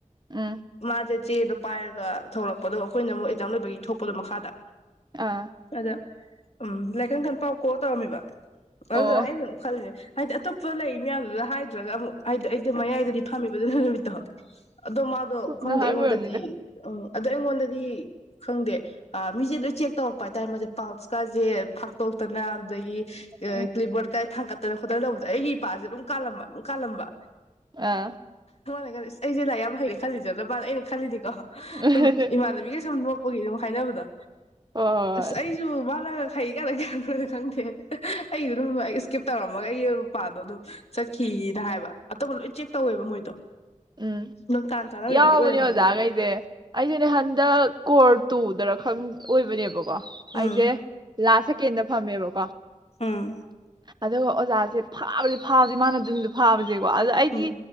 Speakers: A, on the right; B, on the left.
A: ꯎꯝ
B: ꯃꯥꯖꯦ ꯆꯦꯗꯣ ꯄꯥꯏꯔꯒ ꯊꯣꯛꯂꯛꯄꯗꯣ ꯑꯩꯈꯣꯏꯅ ꯑꯃꯨꯛ ꯖꯥꯝ ꯂꯣꯏꯕꯒꯤ ꯊꯣꯛꯄꯗꯣ ꯃꯈꯥꯗ
A: ꯑꯥ
B: ꯑꯗ ꯎꯝ ꯂꯥꯛꯏꯀꯟ ꯀꯟ ꯄꯥꯎ ꯀꯣ ꯇꯧꯔꯝꯃꯤꯕ ꯑꯗꯨꯗ
A: ꯑꯣ
B: ꯑꯩꯅ ꯑꯗꯨꯡ ꯈꯜꯂꯦ ꯍꯥꯏꯗꯤ ꯑꯇꯣꯞꯄ ꯂꯩ ꯃꯌꯥꯝꯗꯨꯗ ꯍꯥꯏꯗ꯭ꯔꯒ ꯑꯃꯨꯛ ꯍꯥꯏꯗꯣ ꯑꯩꯗꯣ ꯃꯌꯥꯏꯗꯗꯤ ꯐꯝꯃꯤꯕ ꯑꯗꯨ ꯅꯨꯃꯤ <unintelligible> ꯑꯗꯣ ꯃꯥꯗꯣ
A: ꯆꯨꯝꯅ
B: ꯈꯪꯗꯦ
A: ꯍꯥꯏꯕ
B: ꯑꯩꯉꯣꯟꯗꯗꯤ
A: ꯑꯣꯏꯔꯝꯅꯤꯗ
B: ꯑ ꯑꯗꯣ ꯑꯩꯉꯣꯟꯗꯗꯤ ꯈꯪꯗꯦ ꯑ ꯃꯤꯁꯦ ꯂꯣꯏ ꯆꯦꯛ ꯇꯧꯔꯛꯄ ꯍꯥꯏꯇꯥꯔꯦ ꯃꯥꯁꯦ ꯄꯥꯎꯁꯀꯁꯦ ꯐꯥꯛꯇꯣꯛꯇꯅ ꯑꯗꯒꯤ ꯑ
A: ꯎꯝ
B: ꯀ꯭ꯂꯤꯞꯕꯣꯔꯠ ꯀꯥ ꯊꯥꯡꯒꯠ ꯇꯅ ꯈꯣꯠꯇꯅ ꯇꯧꯕꯗꯣ ꯑꯩꯒꯤ ꯏꯄꯥꯁꯦ ꯑꯗꯨꯝ ꯀꯥꯜꯂꯝꯕ ꯑꯗꯨꯝ ꯀꯥꯜꯂꯝꯕ
A: ꯑꯥ
B: ꯑꯉꯥꯡꯅꯦ ꯑꯩꯁꯦ ꯂꯥꯏꯔꯤꯛ ꯌꯥꯝ ꯍꯩꯔꯦ ꯈꯜꯂꯤꯖꯥꯠꯂꯥ ꯃ ꯑꯩꯅ ꯈꯜꯂꯤꯅꯤ ꯑ ꯍ
A: ꯍꯣꯏ ꯍꯣꯏ
B: ꯏꯃꯥꯟꯅꯕꯤꯒ ꯁꯨꯝ ꯅꯣꯛ ꯍꯨꯏꯅ ꯑꯗꯨꯝ ꯍꯥꯏꯅꯕꯗꯣ
A: ꯍꯣꯏ
B: ꯑꯁ ꯑꯩꯁꯨ ꯃꯥꯅ ꯐꯩ ꯀꯥꯏꯅ ꯀꯟꯕ꯭ꯔ ꯈꯪꯗꯦ ꯑꯩꯗꯣ ꯑꯗꯨꯝ ꯑꯩ ꯏꯁꯀꯤꯞ ꯇꯧꯔꯝꯃꯒ ꯑꯩꯒꯤ ꯃꯄꯥꯗꯣ ꯑꯗꯨꯝ ꯆꯠꯈꯤꯌꯤꯅ ꯍꯥꯏꯕ ꯑꯇꯣꯞꯄ ꯂꯣꯏ ꯆꯦꯛ ꯇꯧꯋꯦꯕ ꯃꯣꯏꯗꯣ
A: ꯎꯝ
B: ꯑꯗꯨꯝ ꯇꯥꯟ ꯆꯥꯟꯅꯕꯕꯨꯗꯤ
A: ꯌꯥꯎꯕꯅꯦ
B: ꯑꯣꯏꯔꯝꯗꯣꯏꯅꯦꯕ
A: ꯑꯣꯖꯥꯈꯩꯁꯦ ꯑꯩꯁꯨꯅꯦ ꯍꯟꯗꯛ ꯀꯣꯔꯠ ꯇꯨꯗꯔ ꯈꯪ ꯑꯣꯏꯕꯅꯦꯕꯀꯣ ꯑꯩꯁꯦ
B: ꯎꯝ
A: ꯂꯥꯁ ꯁꯦꯀꯦꯟꯗ ꯐꯝꯃꯦꯕꯀꯣ
B: ꯎꯝ
A: ꯑꯗꯨꯒ ꯑꯣꯖꯥꯁꯦ ꯐꯥꯕꯁꯦ ꯐꯥꯕꯁꯤ ꯃꯥꯅ ꯑꯗꯨꯅꯨꯃꯤꯠꯇ ꯐꯥꯕꯁꯦ ꯀꯣ ꯑꯗ ꯑꯩꯗꯤ
B: ꯎꯝ